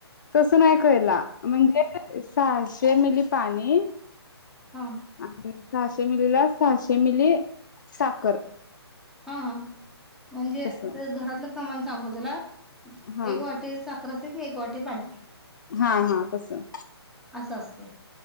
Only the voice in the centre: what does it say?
हा
हा, हा म्हणजे
आता घरातलं प्रमाण सांगू तुला?
एक वाटी साख अस की एक वाटी पाणी
कसं असते.